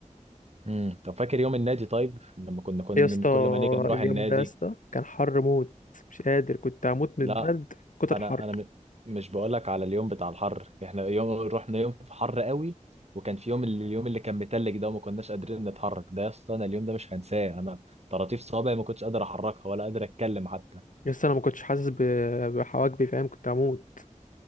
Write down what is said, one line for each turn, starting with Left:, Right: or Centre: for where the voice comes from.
Right: امم طب فاكر يوم النادي طيب لما كنا كل
Left: يا اسطى
Right: كل ما نيجي نروح
Left: اليوم
Right: النادي
Left: ده يا اسطى كان حر موت مش قادر كنت هموت من
Right: لا
Left: البرد كتر
Right: انا
Left: الحر
Right: انا م- مش بقول لك على اليوم بتاع الحر احنا يوم رحنا يوم في حر قوي وكان في يوم اللي- اليوم اللي كان متلج ده وما كناش قادرين نتحرك ده يا اسطى انا اليوم ده مش هنساه انا طراطيف صوابعي ما كنتش قادر احركها ولا قادر اتكلم حتى
Left: يا اسطى انا ما كنتش حاسس ب- بحواجبي فاهم كنت هموت